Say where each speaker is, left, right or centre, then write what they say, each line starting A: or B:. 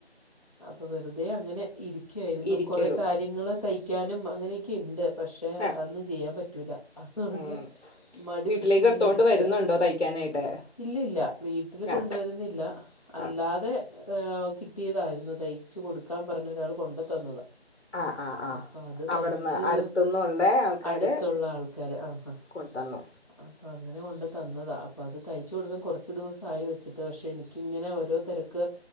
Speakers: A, on the left; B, on the left.
A: അപ്പൊ വെറുതെ അങ്ങനെ ഇരിക്കാരുന്നു
B: ഇരിക്കടൂ
A: കൊറെ കാര്യങ്ങള് തയ് യ്ക്കാനും അങ്ങനെയെക്കെണ്ട് പക്ഷേ
B: ആ
A: അതൊന്നും ചെയ്യാൻ പറ്റുല്ല അതുകൊണ്ട്
B: ഉം.
A: മടി
B: വീട്ടിലേക്ക്
A: പിടിച്ചിങ്ങനെ
B: എടുത്തോണ്ട്
A: ഇരിക്ക്യാ
B: വരുന്നുണ്ടോ <unintelligible>
A: ഇല്ല ഇല്ല വീട്ടില് കൊണ്ടുവരുന്നില്ല
B: ആ
A: അല്ലാതെ
B: ആ
A: ഏഹ് കിട്ടിയതായിരുന്നു തയ്ച്ചു കൊടുക്കാൻ പറഞ്ഞ് ഒരാള് കൊണ്ട് തന്നതാ
B: ആ ആ ആ
A: അപ്പ അത്
B: അവിടുന്ന്
A: തയ്ച്ചു
B: അടുത്തുനിന്നുള്ള ആൾക്കാർ
A: അട്ത്ത്ള്ള ആൾ ക്കാര് ആഹ് ആഹ്
B: കൊണ്ടുതന്നു
A: അപ്പ അങ്ങന കൊണ്ട്തന്നതാ അപ്പ അത് തയ്ച്ച് കൊടുക്കാൻ കൊറച്ച് ദിവസായി വെച്ചിട്ട് പക്ഷേ എനി ക്കിങ്ങനെ ഓരോ തെരക്ക്